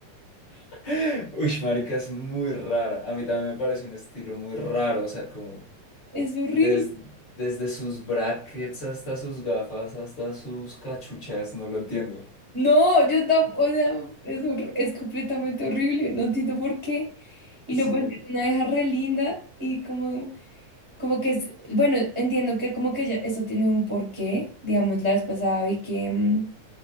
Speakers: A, on the left; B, on the right.
A: <laughs> Uy, marica, es muy rara. A mí también me parece un estilo muy raro, o sea, como...
B: Es horrible.
A: Des- desde sus brackets hasta sus gafas, hasta sus cachuchas, no lo entiendo.
B: No, yo tampoco, o sea, es, hor- es completamente horrible. No entiendo por qué. Y
A: Sí,
B: lo pues es una deja re linda y como... Como que es, bueno, entiendo que como que ya eso tiene un porqué, digamos, la vez pasada vi que mm,